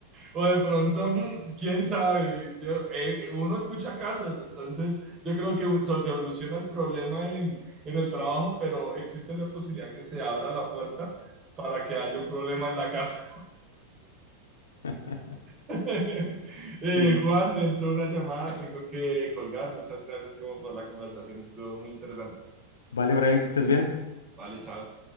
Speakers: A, on the right; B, on the left.
A: O de pronto, mm, quién sabe, Yo- eh, eh, uno escucha casos, entonces yo creo que un- so- se soluciona el problema en, en el trabajo, pero existe la posibilidad que se abra la puerta para que haya un problema en la casa.
B: <laughs>
A: <laughs> Eh,
B: Sí.
A: Juan, me entró una llamada, tengo que colgar. Muchas gracias como por la conversación, estuvo muy interesante.
B: Vale, Brian, que estés bien.
A: Vale, chao.